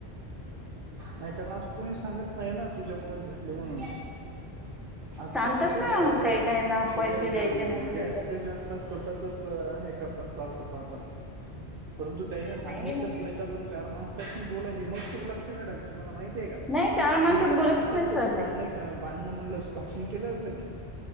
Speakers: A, on the right (about 60°); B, in the centre.
A: नाही कारण असं कोणी सांगत नाही ना, तुझ्या मुळ भेटले म्हणून. आजकाल
B: सांगतात
A: तर
B: ना
A: सगळे,
B: काही काही ना
A: सगळे
B: पैसे द्यायचे नसले
A: जेन्स
B: तर मग
A: कसे.. स्वतःच च हे करत असत चालत आता परंतु त्याने सांगितलं
B: नाही ना
A: पुढे, चालून चार माणस त्यासनी बोलाय हिम्मत खूप लागते. मॅडम तुम्हांला माहिती आहे का,
B: नाही चार
A: तुम्ही चार
B: बोलत
A: माणसात
B: नाही सर
A: कधी
B: ते
A: भांड भांडण म्हणलं, भाषण केलं का कधी.